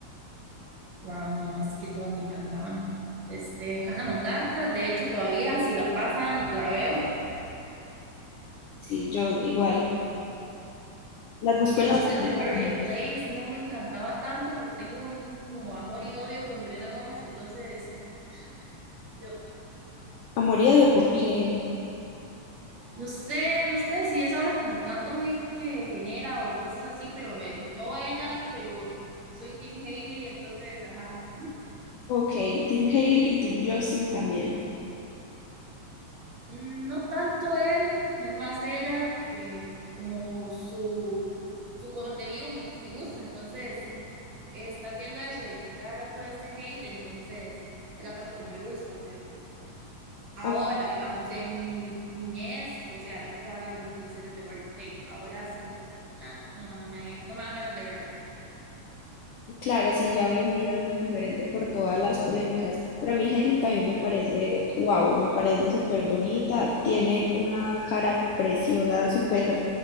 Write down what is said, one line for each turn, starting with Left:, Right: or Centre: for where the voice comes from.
Right: Wow, no, es que todas me encantaban. Este, Hannah Montana, de hecho, todavía si la pasan, la veo.
Left: Sí, yo igual. Las busco
Right: Hechiceros
Left: en las aplicaciones.
Right: de Waverly Place no me encantaba tanto porque tengo un como amor y odio con Selena Gómez, entonces <laughs> yo
Left: A morir de por qué.
Right: no sé, no sé si es ahora como tanto hate que genera o cosas así, pero eh, no ella, pero soy Team Haley, entonces, ajá,
Left: Ok, Team Hailey y Team Justin también.
Right: Mm, no tanto él, es más ella que como su, su contenido me, me gusta, entonces si estás viendo eso de que cada rato ese hate, entonces es la parte que no me gusta, pero Ahora,
Left: Ah,
Right: digamos, en mi niñez, o sea, yo pasaba viendo series de Warrior Place. Ahora es como, ah, no, no me, dan, no me dan ganas de verla.
Left: claro, sí, ya hoy en día es más diferente por todas las polémicas. Pero a mí Hailey también me parece, wow, me parece súper bonita. Tiene una cara preciosa, súper